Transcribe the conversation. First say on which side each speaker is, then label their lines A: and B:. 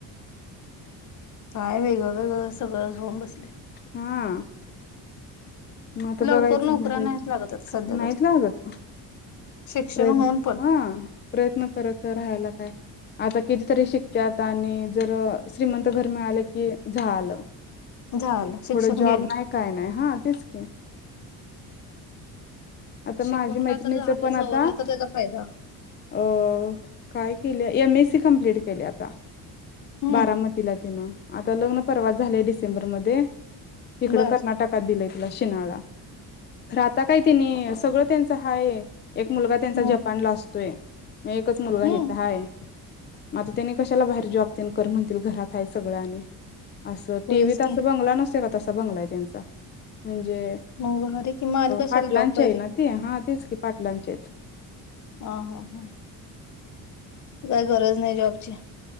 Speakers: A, on the left; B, on the left.
A: काय वेगळं वेगळं सगळंच होऊन बसलय
B: हां म आता
A: लवकर
B: बघायचं
A: नोकऱ्या
B: भरायचं
A: नाहीच लागत आता सध्या
B: नाहीत
A: तरी
B: लागत
A: शिक्षण
B: प्रय
A: होऊन पण
B: हा प्रयत्न करत राहायला काय? आता कितीतरी शिकत्यात आणि जर श्रीमंत घर मिळालं की झालं
A: झालं शिक्षण
B: फूडं जॉब
A: गेलं.
B: नाही काय नाही हा तेच <inaudible> आता
A: शिकून
B: माझी मैत्रिणीच
A: काय तर झालं
B: पण
A: सवरलं
B: आता
A: तर त्याचा फायदा
B: अ काय केलिया एम. एस. सी. कंप्लीट केलिया आता
A: हम्म
B: बारामतीला तिनं आता लग्न परवाच झालय डिसेंबरमध्ये हीकडं
A: बर.
B: कर्नाटकात दिलय तिला शिनाळला खरं आता काय त्यानी सगळं त्यांचं हाय एक मुलगा त्यांचा
A: हम्म
B: जपानला असतो तोय मग एकच मुलगा
A: हम्म
B: इथे हाय मग आता त्यानी कशाला बाहेर जॉब त्यां कर म्हणतील घरात आहे सगळं आणि असं
A: होयच
B: टीव्हीत असं
A: की
B: बंगला नसतोय का तसा बंगलाय त्यांचा म्हणजे
A: मग भारी कि मग आणि कशाला
B: पाटलांचे
A: जॉब पाहिजे.
B: आहे ना ती हा तेच की पाटलांचे आहेत
A: ह हा हा काही गरज नाही जॉबची